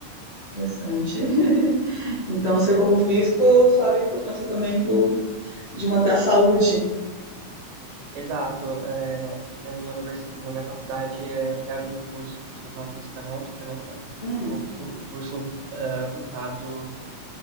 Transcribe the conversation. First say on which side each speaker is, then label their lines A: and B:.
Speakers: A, on the left (about 30°); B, on the right (about 85°).
A: interessante. <laughs> Então, você como físico sabe a importância também do de manter a saúde.
B: Exato. é, na minha universidade, na minha faculdade, é, até abri um curso que se chama Física Médica, né, que é um,
A: Hum.
B: é um fu- curso é, voltado